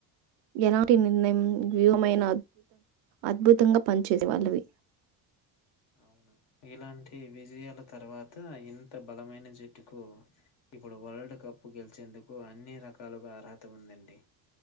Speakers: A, on the right (about 80°); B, on the left (about 70°).
A: ఎలాంటి నిర్ణయం వ్యూమైన అద్భుతంగా పనిచేది వాళ్ళవి
B: అవును ఇలాంటి విజయాల తర్వాత ఇంత బలమైన జట్టుకు ఇప్పుడు వరల్డ్ కప్ గెలిచేందుకు అన్ని రకాలుగా అర్హత ఉందండి